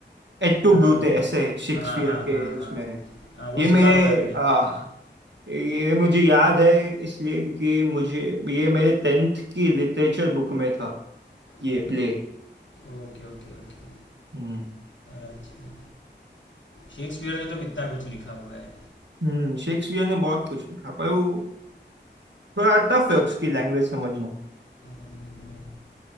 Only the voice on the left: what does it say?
आ,
हाँ हाँ
हाँ
हाँ
हाँ वो
सुना हुआ है मैंने
आ,
ओके ओके ओके
अच्छा शेक्सपियर ने तो कितना कुछ लिखा हुआ है
हम्म,